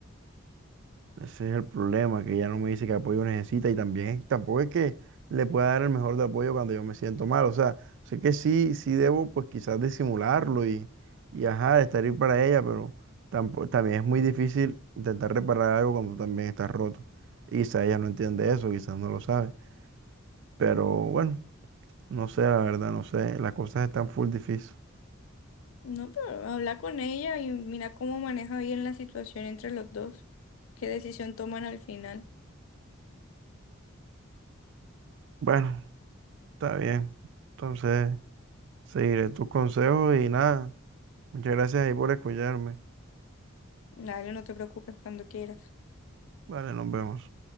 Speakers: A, on the right (about 60°); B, on the left (about 70°).
A: Ese es el problema, que ella no me dice qué apoyo necesita y también es- tampoco es que le pueda dar el mejor de apoyo cuando yo me siento mal. O sea, sé que sí, sí debo pues quizás disimularlo y, y ajá, estar ahí para ella, pero tampoco, también es muy difícil intentar reparar algo cuando tú también estás roto. Y quizás ella no entiende eso, quizás no lo sabe. Pero bueno, no sé, la verdad, no sé. Las cosas están full difícil.
B: No, pero habla con ella y mira cómo maneja bien la situación entre los dos. ¿Qué decisión toman al final?
A: Bueno, está bien. Entonces, seguiré tus consejos y nada. Muchas gracias ahí por escucharme.
B: Dale, no te preocupes cuando quieras.
A: Vale, nos vemos.